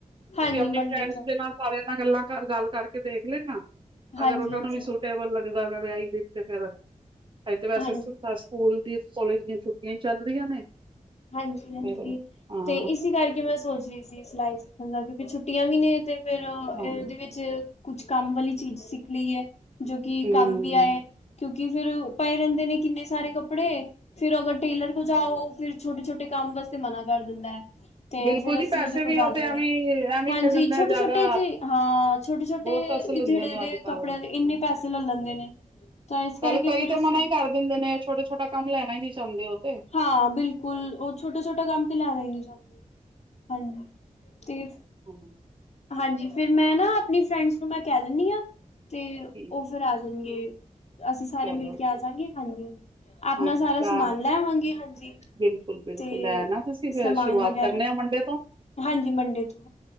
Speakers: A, on the left; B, on the right.
A: ਹਾਂਜੀ
B: ਤੁਸੀਂ ਆਪਣੀ
A: ਮੰਡੇ
B: ਫਰੈਂਡਸ
A: ਤੋਂ
B: ਦੇ ਨਾਲ ਸਾਰਿਆਂ ਨਾਲ ਗੱਲਾਂ ਗੱਲ ਕਰਕੇ ਦੇਖ ਲੈਣਾ,
A: ਹਾਂਜੀ
B: ਅਗਰ ਉਹਨਾਂ
A: ਹਾਂਜੀ
B: ਨੂੰ ਵੀ ਸੁੂਟ ਟੇਬਲ ਲੱਗਦਾ ਪਿਆ ਈ ਫਿਰ ਤੇ ਫਿਰ, ਫਿਰ ਤੇ ਬਸ
A: ਹਾਂਜੀ
B: ਸੁ ਸਕੂਲ ਦੀ, ਕੋਲਜ ਦੀਆਂ ਛੁੱਟੀਆਂ ਚੱਲ ਰਹੀਆਂ ਨੇ।
A: ਹਾਂਜੀ- ਹਾਂਜੀ
B: ਫਿਰ ਹਾਂ
A: ਤੇ ਇਸੀ ਕਰਕੇ ਮੈਂ ਸੋਚ ਰਹੀ ਸੀ ਸਿਲਾਈ ਸਿੱਖਣ ਦਾ, ਕਿਉਂਕਿ ਛੁੱਟੀਆਂ ਵੀ ਨੇ। ਤੇ ਫੇਰ
B: ਹਾਂਜੀ
A: ਇਹਦੇ ਵਿੱਚ, ਕੁਛ ਕੰਮ ਵਾਲੀ ਚੀਜ਼ ਸਿੱਖ ਲਈਏ। ਜੋ ਕਿ
B: ਹੂੰ
A: ਕੰਮ ਵੀ ਆਏ, ਕਿਉਂਕਿ ਫੇਰ ਪਏ ਰਹਿੰਦੇ ਨੇ ਕਿੰਨੇ ਸਾਰੇ ਕੱਪੜੇ, ਫੇਰ ਅਗਰ ਟੇਲਰ ਕੋਲ ਜਾਓ, ਫਿਰ ਛੋਟੇ- ਛੋਟੇ ਕੰਮ ਵਾਸਤੇ ਮਨਾ ਕਰ ਦਿੰਦਾ ਐ। ਤੇ
B: ਬਿਲਕੁਲ
A: ਫੇਰ
B: ਜੀ
A: ਅਸੀਂ
B: ਪੈਸੇ
A: ਉਹਦੇ ਕੋਲ
B: ਵੀ
A: ਜਾਂਦੇ
B: ਉਹ ਤੇ ਐਵੇਂ
A: ਨੀ,
B: ਐਵੇਂ
A: ਹਾਂਜੀ,
B: ਲੈ ਲੈਂਦੇ
A: ਛੋਟੇ-
B: ਜ਼ਿਆਦਾ
A: ਛੋਟੇ ਜੇ, ਹਾਂ। ਛੋਟੇ -ਛੋਟੇ
B: ਬਹੁਤ ਪੈਸੇ ਲੈਂਦੇ
A: ਜੇੜੇ
B: ਨੇ
A: ਦੇ
B: ਅੱਜ ਕੱਲ
A: ਕੱਪੜਿਆਂ ਦੇ ਇੰਨੇ ਪੈਸੇ ਲੈ ਲੈਂਦੇ ਨੇ। ਤਾਂ ਇਸ ਕਰਕੇ
B: ਪਹਿਲੇ ਕਈ
A: ਫੇਰ
B: ਤੇ
A: ਅਸੀਂ।
B: ਮਨਾ ਹੀ ਕਰ ਦਿੰਦੇ ਨੇ ਛੋਟਾ- ਛੋਟਾ ਕੰਮ ਲੈਣਾ ਨੀ ਚੁੰਹਾਦੇ।
A: ਹਾਂ, ਬਿਲਕੁਲਉਹ ਛੋਟੇ ਛੋਟਾ ਕੰਮ ਤੇ ਲੈਦਾ ਹੀ ਨਹੀਂ ਜਾਂਦੀ ਹਾਂਜੀ ਤੇ
B: ਹਮ -ਹਮ।
A: ਹਾਂਜੀ, ਫੇਰ ਮੈਂ ਨਾ ਆਪਣੀ ਫਰੈਂਡਸ ਨੂੰ ਮੈਂ ਕਹਿ ਦਿੰਦੀ ਹਾਂ ਤੇ ਉਹ
B: ਠੀਕ
A: ਫਿਰ
B: ਹੈ
A: ਆ ਹੁਣਗੇ ਅਸੀਂ ਸਾਰੇ
B: ਚਲੋ
A: ਮਿਲ ਕੇ ਆ ਜਾਗੇ। ਹਾਂਜੀ- ਹਾਂਜੀ। ਆਪਣਾ
B: ਹਾਂਜੀ
A: ਸਾਰਾ
B: ਚਾਹ
A: ਸਮਾਨ ਲੈਵਾਂਗੇ ਹਾਂਜੀ।
B: ਬਿਲਕੁਲ ਬਿਲਕੁਲ
A: ਤੇ
B: ਲੈ ਨਾ ਤੁਸੀਂ ਫਿਰ
A: ਸਮਾਨ
B: ਸ਼ੁਰੂਆਤ
A: ਵਗੈਰਾ
B: ਕਰਨੇ ਆ ਮੰਡੇ ਤੋਂ
A: ਹਾਂਜੀ ਮੰਡੇ ਤੋਂ।